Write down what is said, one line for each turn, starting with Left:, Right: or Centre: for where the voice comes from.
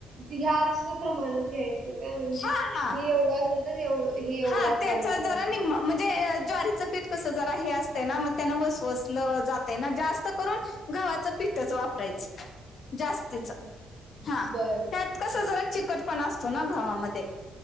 Right: ह्याच प्रमाणात घ्याय ते काय म्हणजे
Left: हा हा
Right: हे एवढं असेल तर एव हे एवढं
Left: हा
Right: असायला
Left: त्याच्या
Right: पाहिजे.
Left: जरा निम्म म्हणजे ज्वारीच पीठ कस जरा हे असतंय ना मग त्यान वसवसल जातय ना जास्त करून गव्हाचं पीठच वापरायचं जास्तीच
Right: अच्छा.
Left: हा
Right: बरं,
Left: त्यात कस
Right: बरं.
Left: जरा चिकट पणा असतो ना गव्हामध्ये